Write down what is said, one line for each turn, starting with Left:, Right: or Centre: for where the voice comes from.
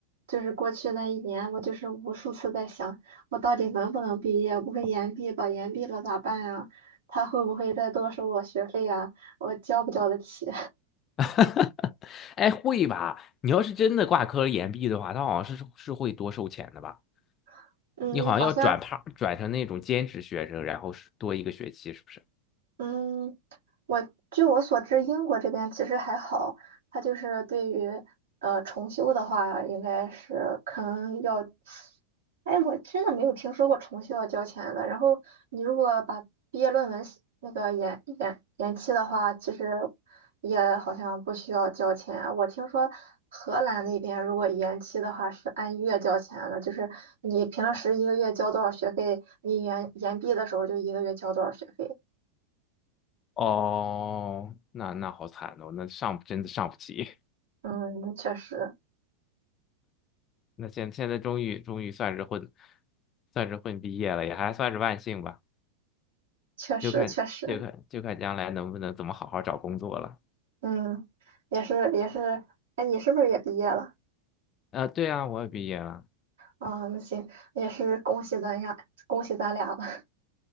Right: 就是过去那一年，我就是无数次在想，我到底能不能毕业？不会延毕吧？延毕了咋办呀？他会不会再多收我学费呀？我交不交得起？
Left: <laughs> 哎，会吧？你要是真的挂科延毕的话，他好像是是会多收钱的吧？
Right: <laughs> 嗯，
Left: 你好像要转趴转成那种兼职学生，
Right: 好像
Left: 然后是多一个学期，是不是？
Right: 嗯，我据我所知，英国这边其实还好，它就是对于呃重修的话，应该是可能要，哎，我真的没有听说过重修要交钱的。然后你如果把毕业论文写那个延延延期的话，其实也好像不需要交钱啊。我听说荷兰那边如果延期的话是按月交钱的，就是你平时一个月交多少学费，你延延毕的时候就一个月交多少学费。
Left: 哦，那那好惨哦，那上真的上不起。
Right: 嗯，那确实，
Left: <laughs> 那现现在终于终于算是混，算是混毕业了，也还算是万幸吧。
Right: 确实，
Left: 就看就看就看将来能不能怎么好好找工作了。
Right: 确实，嗯，也是，也是，哎，你是不是也毕业了？
Left: 啊、对啊，我也毕业了。
Right: 啊、那行，也是恭喜咱俩，恭喜咱俩了。<laughs>